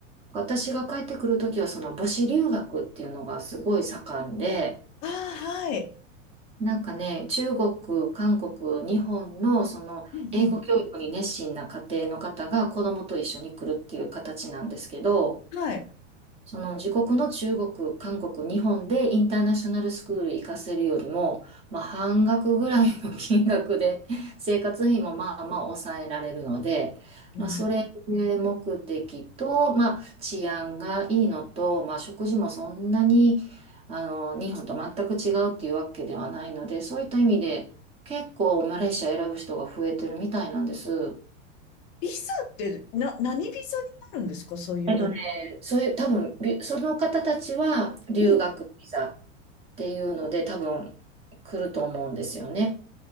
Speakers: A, on the right; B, on the left.
A: 私が帰ってくるときは、その母子留学っていうのがすごい盛んで、
B: ああ、はい。
A: なんかね、中国、韓国、日本のその英語教育に熱心な家庭の方が子供と一緒に来るっていう形なんですけど、
B: うんうん。はい。
A: その自国の中国、韓国、日本でインターナショナルスクール行かせるよりも、まあ、半額ぐらいの <laughs> 金額で <laughs> 生活費もまあまあ抑えられるので、
B: なる
A: まあ、それ目的と、まあ、治安がいいのと、まあ、食事もそんなにあの日本と全く違うっていうわけではないので、そういった意味で結構マレーシア選ぶ人が増えてるみたいなんです。
B: ビザって、な、何ビザになるんですかそういう場合。
A: えっとね、そういう、多分、びその方たちは留学ビザ。
B: うん。
A: ていうので多分来ると思うんですよね。